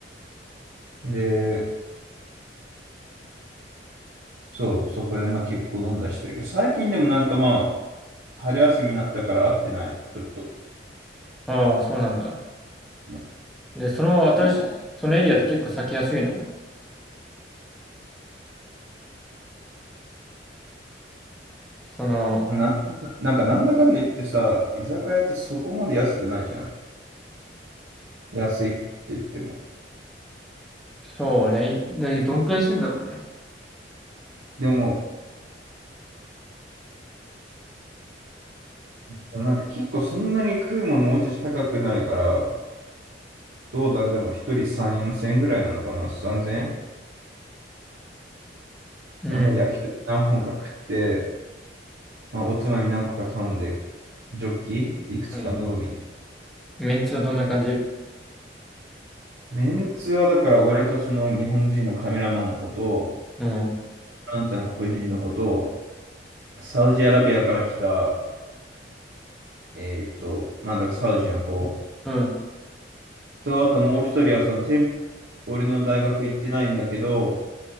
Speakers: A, on the right; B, in the centre.
A: で、そう、そこでまあ結構飲んだりしてるけど、最近でもなんかまあ、春休みになったから会ってない、ちょっと。
B: の。ああ、そうなんだ。
A: で
B: で、その新しい、
A: も、
B: そのエリアって結構咲きやすいの。その、
A: なんだ、なんかなんだかんだ言ってさ、居酒屋ってそこまで安くないじゃん。安いって言っても。
B: そうね。いでどんくらいするんだろうね。
A: でも、でもなんか結構そんなに食うものもう一つ高くないから、どう誰でも一人3、4千円ぐらいなのかな、3千円
B: うん。
A: なんか焼き鳥何本か食って、まあ、おつまみ何個か頼んで、ジョッキいくつか飲むみたいな。
B: うん。メンツはどんな感じ
A: メンツはだから俺とその日本人のカメラマンのこと、
B: うん。
A: あんたの黒人のこと、サウジアラビアから来た、えーっと、なんだかサウジの子
B: うん。
A: と、あともう一人はその店、俺の大学行ってないんだけど、